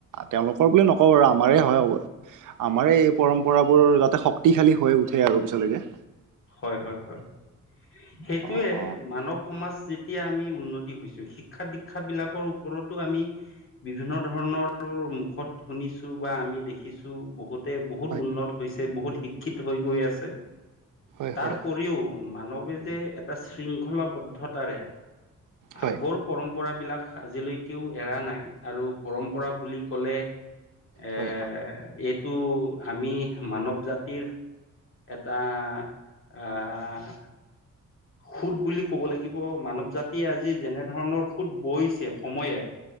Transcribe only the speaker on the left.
হয় হয় হয় সেইটোৱে
মানৱ সমাজ যি এতিয়া আমি উন্নতি হৈছো শিক্ষা দীক্ষা বিলাকৰ ওপৰতো আমি বিভিন্ন ধৰণৰ মুখত শুনিছো বা আমি দেখিছো বহুত তে বহুত
উন্নত হৈছে বহুত শিক্ষিত হৈ গৈ আছে।
তাৰ
উপৰিও মানৱে যে এটা শৃংখলাবদ্ধতাৰে
আগৰ পৰম্পৰা বিলাক আজিলৈকেও এৰা নাই আৰু পৰম্পৰা বুলি কলে এ
এইটো আমি মানৱ জাতিৰ এটা আহ সুত বুলি ক'ব লাগিব মানৱ জাতিয়ে আজি যেনে ধৰণৰ সুত বৈছে সময়ে